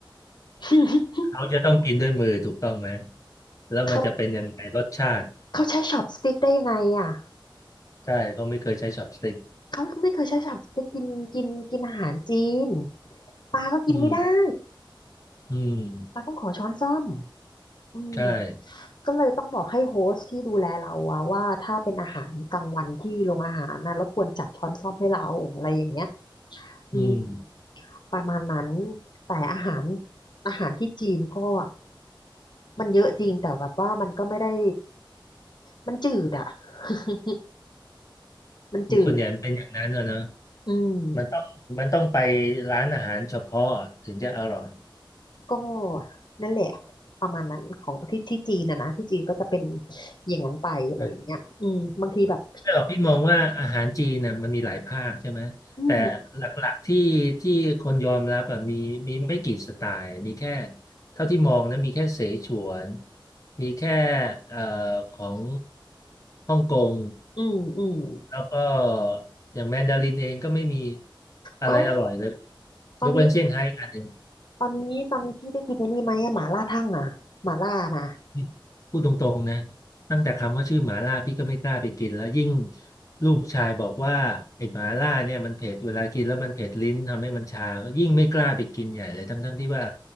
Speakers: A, on the left (about 60°); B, on the left (about 40°).
A: <laughs>
B: เขาจะต้องกินด้วยมือถูกต้องไหม แล้วมันจะเป็นยังไงรสชาติ
A: เขาเขาใช้ช็อปสติ๊กได้ยังไงอ่ะ
B: ใช่เขาไม่เคยใช้ช็อปสติ๊ก
A: เขาไม่เคยใช้ช็อปสติ๊กกินกินกินอาหารจีนปาก็กินไม่ได้
B: อืมอืม
A: ปาต้องขอช้อนส้อมอืม
B: ใช่
A: ก็เลยต้องบอกให้โฮสต์ที่ดูแลเราอะว่าถ้าเป็นอาหารกลางวันที่โรงอาหารนะรบกวนจัดช้อนส้อมให้เราอะไรอย่างเงี้ยอืม
B: อืม
A: ประมาณนั้นแต่อาหารอาหารที่จีนก็มันเยอะจริงแต่แบบว่ามันก็ไม่ได้มันจืดอะ <laughs> มันจืด
B: คือส่วนใหญ่มันเป็นอย่างนั้นนะนะ
A: อืม
B: มันต้องมันต้องไปร้านอาหารเฉพาะอะถึงจะอร่อย
A: ก็นั่นแหละประมาณนั้นของที่ที่จีนนะนะที่จีนก็จะเป็นอย่างนั้นไปอะไรอย่างเงี้ยอืมบางทีแบบ
B: ่ไม่หรอกพี่มองว่าอาหารจีนน่ะมันมีหลายภาคใช่ไหม
A: อืม
B: แต่หลักๆที่ที่คนยอมรับอ่ะมีมีไม่กี่สไตล์มีแค่เท่าที่มองนะมีแค่เสฉวน มีแค่เอ่อของฮ่องกง
A: อืมอืม
B: แล้วก็อย่างแมนดารินเองก็ไม่มีอะไรอร่อยเลย
A: ก็ตอนนี้
B: ยกเว้นเซี่ยงไฮ้กอันหนึ่ง
A: ตอนนี้ตอนนี้พี่ได้กินในนี่ไหมอะหม่าล่าทั่งอะหม่าล่านะ
B: นี่พูดตรงๆนะตั้งแต่คำว่าชื่อหมาล่าพี่ก็ไม่กล้าไปกินแล้วยิ่งลูกชายบอกว่าไอ้หมาล่าเนี่ยมันเผ็ดเวลากินแล้วมันเผ็ดลิ้นทำให้มันชาก็ยิ่งไม่กล้าไปกินใหญ่เลยทั้งๆที่ว่า